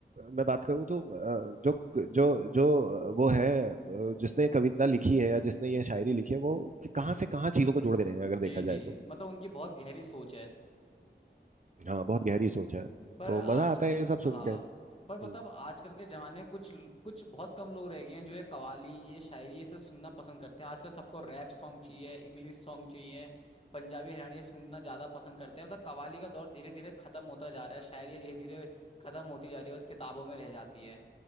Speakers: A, on the right (about 45°); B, on the left (about 30°).
A: मैं बात करूं तो अ, जो जो जो वो है अ, जिसने कविता लिखी है या जिसने ये शायरी लिखी है वो कि कहाँ से कहाँ चीजों को जोड़ दे रहे हैं अगर देखा
B: जी जी
A: जाए तो
B: मतलब उनकी बहुत गहरी सोच है
A: हाँ बहुत गहरी सोच है
B: पर
A: तो
B: आज
A: मजा आता है ये सब सुन
B: हाँ
A: के हम्म
B: पर मतलब आजकल के जमाने में कुछ कुछ बहुत कम लोग रह गए हैं जो ये कवाली ये शायरी ये सब सुनना पसंद करते हैं आजकल सबको रैप सॉन्ग चाहिए इंग्लिश सॉन्ग चाहिए पंजाबी हरियाणवी सुनना ज्यादा पसंद करते हैं मतलब कवाली का दौर धीरे धीरे खत्म होता जा रहा है शायरी धीरे धीरे खत्म होती जा रही है बस किताबों में रह जाती है